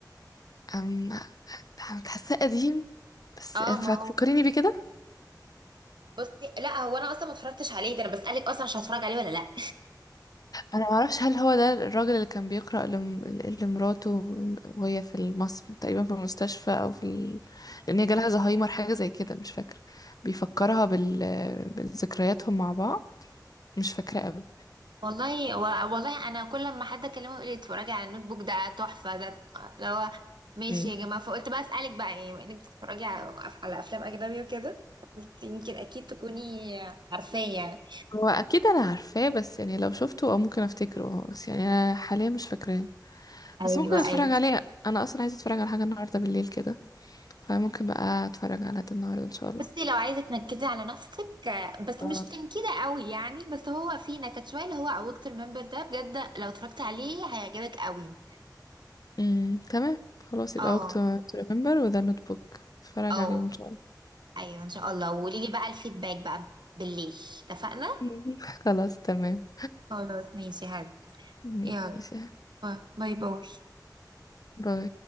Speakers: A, on the left (about 55°); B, on the right (about 85°).
A: أم حاساه قديم بس
B: اه
A: فكريني
B: ما هو
A: بيه كده
B: بصي لا هو انا اصلا ما اتفرجتش عليه ده انا بسالك اصلا مش هتفرج عليه ولا لا
A: انا ما اعرفش هل هو ده الراجل اللي كان بيقرأ لم... لمراته وهي في المصف تقريبا في المستشفى او في ال... لان هي جالها زهايمر حاجه زي كده مش فاكره بيفكرها
B: <laughs>
A: بال... بذكرياتهم مع بعض مش فاكره قوي
B: والله و- والله انا كل لما حد اكلمه يقول لي اتفرجي على النوت بوك ده تحفه ده اللي هو ماشي
A: مم.
B: يا جماعه فقلت بقى اسالك بقى ايه بما انك بتتفرجي على على افلام اجنبي وكده قلت يمكن اكيد تكوني عارفاه يعني
A: هو اكيد انا عارفاه بس يعني لو شفته او ممكن افتكره أه، بس يعني انا حاليا مش فاكراه
B: ايوه
A: بس ممكن اتفرج
B: ايوه
A: عليه انا اصلا عايزه اتفرج على حاجه النهارده بالليل كده فممكن بقى اتفرج على ده النهارده ان شاء
B: بصي لو عايزة تنكدي على نفسك آه، بس مش
A: الله
B: تنكدة قوي يعني بس هو في نكد شوية اللي هو أوكت الممبر ده بجد لو اتفرجت عليه هيعجبك قوي
A: امم تمام خلاص
B: اه
A: يبقى وقت تو ريمبر وذا نوت بوك اتفرج
B: اه
A: عليهم ان شاء الله
B: ايوه ان شاء الله وقولي لي بقى الفيدباك بقى بالليل اتفقنا؟
A: مم. <laughs> خلاص تمام
B: خلاص ماشي هاد
A: ماشي
B: يلا باي باي
A: باي